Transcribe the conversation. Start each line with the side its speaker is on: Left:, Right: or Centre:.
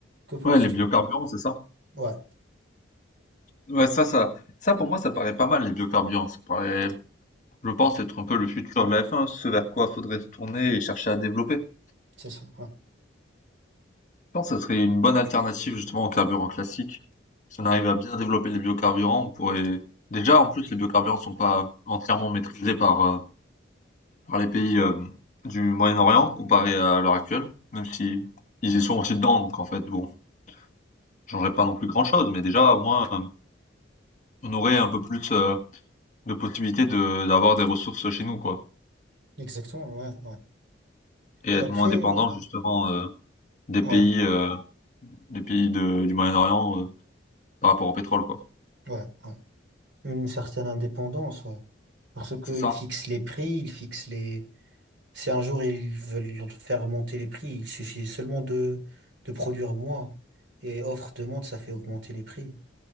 Right: Que penses-tu?
Left: Ouais, les biocarburants, c'est ça?
Right: Ouais,
Left: Ouais, ça ça ça pour moi, ça paraît pas mal les biocarburants. Ça paraît, je pense, être un peu le futur de la F1, ce vers quoi faudrait se tourner et chercher à développer.
Right: c'est ça. ouais.
Left: Je pense que ça serait une bonne alternative justement aux carburants classiques. Si on arrive à bien développer les biocarburants, on pourrait déjà, en plus, les biocarburants sont pas entièrement maîtrisés par, heu, par les pays, heu, du Moyen-Orient comparé à l'heure actuelle, même si ils y sont aussi dedans, donc en fait, bon, ça changerait pas non plus grand-chose, mais déjà, au moins, on aurait un peu plus, heu de possibilités de d'avoir des ressources chez nous, quoi.
Right: Exactement, ouais, ouais.
Left: Et être
Right: Et après,
Left: moins dépendant
Right: euh,
Left: justement euh, des
Right: ouais,
Left: pays euh, des pays de, du Moyen-Orient euh, par rapport au pétrole, quoi.
Right: ouais, ouais. Une certaine indépendance, ouais. Parce qu'il
Left: C'est ça,
Right: fixe les prix, il fixe les Si un jour ils veulent faire monter les prix, il suffit seulement de, de produire moins. Et offre-demande, ça fait augmenter les prix.